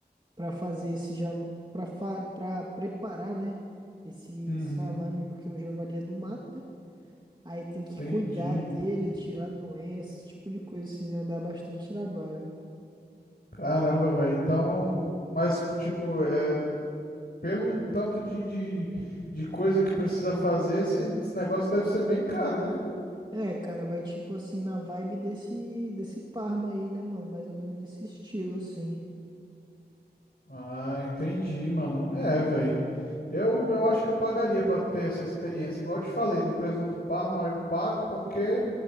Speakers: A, on the right; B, on the left.
A: pra fazer esse java, pra, fa- pra preparar, né, esse
B: Uhum,
A: salame, porque o javali é do mato, né? Aí tem que
B: entendi.
A: cuidar dele, tirar doenças, esse tipo de coisa, senão dá bastante trabalho.
B: Caramba, velho. Então, mas tipo, é Pelo tanto de, de, de coisa que precisa fazer, esse, esse negócio deve ser bem caro, né?
A: É, cara, vai tipo assim na vibe desse desse Parma aí, né, mano? Mais ou menos nesse estilo, assim.
B: Ah, entendi, mano. É, velho. Eu, eu acho que eu pagaria pra ter essa experiência. Igual eu te falei, do presunto Parma eu pago porque